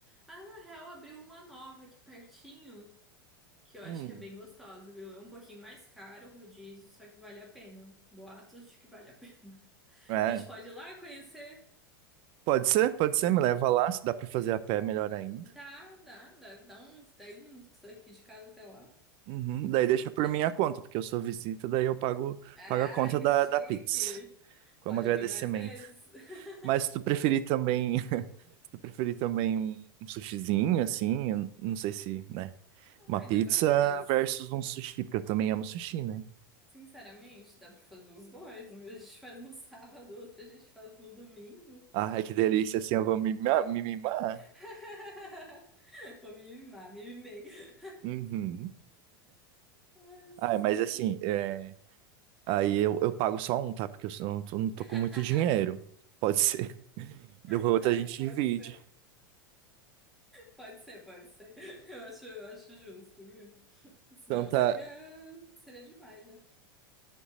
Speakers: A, in the centre; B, on the right (about 50°).
A: Ah, na real, abriu uma nova aqui pertinho, que eu acho
B: Hum.
A: que é bem gostosa, viu? É um pouquinho mais caro o rodízio, só que vale a pena. Boatos de que vale a pena. <laughs>
B: É,
A: A gente pode ir lá conhecer.
B: pode ser, pode ser, me leva lá, se dá pra fazer a pé, melhor ainda.
A: Dá, dá, deve dar uns 10 minutos aqui de casa até lá.
B: Uhum, daí
A: Pra-
B: deixa por
A: Não.
B: minha conta, porque eu sou visita, daí eu pago,
A: Ah,
B: pago a conta
A: que
B: da,
A: chique!
B: da Pix, como
A: Pode
B: agradecimento.
A: vir mais vezes. <laughs>
B: Mas se tu preferir também, <laughs> se tu preferir também um, um sushizinho, assim, eu não sei se, né, uma
A: Ai,
B: pizza
A: dá pra fazer os.
B: versus um sushi, porque eu também amo sushi, né?
A: Sinceramente, dá pra fazer os dois. Um a gente faz no sábado, outro a gente faz no domingo.
B: Ah, é que delícia, assim, eu vou me, mima- me mimar.
A: <laughs> Vou me mimar, me mimei.
B: Uhum.
A: Ai, sim.
B: Ah, mas assim, é, aí eu, eu pago só um, tá? Porque eu não tô, não tô
A: <laughs>
B: com muito dinheiro. Pode ser. <laughs> Do outro
A: Claro
B: a gente
A: que pode
B: divide.
A: ser. Pode ser, pode ser. Eu acho, eu acho justo, viu? Senão
B: Então tá,
A: seria, seria demais já.